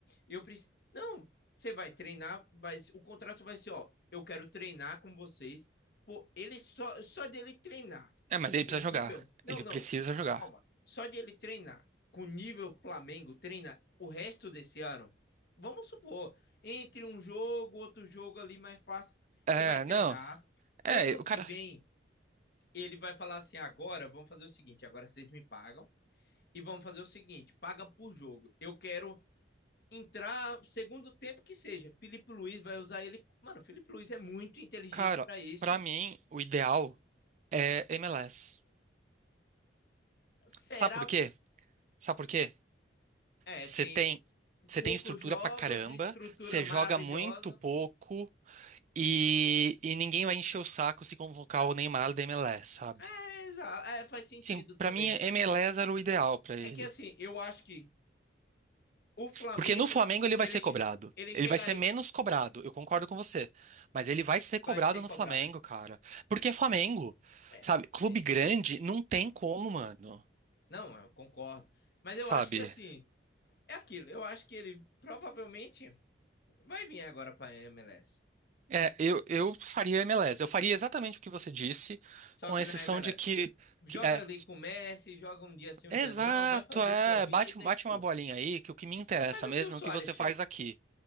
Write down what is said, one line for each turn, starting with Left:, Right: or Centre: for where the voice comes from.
Left: eu preciso. Não, você vai treinar, vai, o contrato vai ser, ó, eu quero treinar com vocês. Pô, ele só, só dele treinar
Right: É, mas ele
Left: o
Right: precisa
Left: nível.
Right: jogar.
Left: Não,
Right: Ele
Left: não.
Right: precisa jogar.
Left: Calma. Só de ele treinar com o nível Flamengo, treina o resto desse ano. Vamos supor, entre um jogo, outro jogo ali mais fácil,
Right: É,
Left: ele vai treinar.
Right: não. É,
Left: Ano
Right: o
Left: que
Right: cara.
Left: vem, ele vai falar assim: agora vamos fazer o seguinte, agora vocês me pagam e vamos fazer o seguinte: paga por jogo. Eu quero entrar segundo tempo que seja. Felipe Luiz vai usar ele. Mano, Felipe Luiz é muito inteligente
Right: Cara,
Left: para isso.
Right: pra mim, o ideal é M L S.
Left: Será?
Right: Sabe por quê? Sabe por quê?
Left: É,
Right: Você
Left: tem,
Right: tem, você
Left: poucos
Right: tem estrutura
Left: jogos
Right: pra caramba,
Left: e estrutura
Right: você
Left: maravilhosa.
Right: joga muito pouco e, e ninguém vai encher o saco se convocar o Neymar da M L S, sabe?
Left: É, exa- é, faz sentido
Right: Sim,
Left: também.
Right: pra mim, M L S era o ideal pra ele.
Left: É que assim, eu acho que o Flamengo,
Right: Porque no Flamengo ele vai
Left: ele,
Right: ser
Left: che-
Right: cobrado.
Left: ele
Right: Ele
Left: chegaria,
Right: vai ser menos cobrado, eu concordo com você. Mas ele vai ser cobrado
Left: vai ser cobrado.
Right: no Flamengo, cara. Porque é Flamengo,
Left: É,
Right: sabe? Clube
Left: tem esse
Right: grande
Left: ponto.
Right: não tem como, mano.
Left: Não, eu concordo. Mas eu
Right: Sabe?
Left: acho que assim, é aquilo. Eu acho que ele provavelmente vai vir agora para a MLS.
Right: É, eu, eu faria MLS. Eu faria exatamente o que você disse,
Left: Só
Right: com
Left: que
Right: exceção
Left: na MLS,
Right: de que,
Left: joga
Right: que é.
Left: ali com o Messi, joga um dia sim, um
Right: Exato,
Left: dia não, vai fazer
Right: é.
Left: sua vida
Right: Bate, bate
Left: e curte.
Right: uma bolinha aí, que o que me interessa
Left: Mas o
Right: mesmo
Left: que o Soares
Right: é o que você faz
Left: fez?
Right: aqui.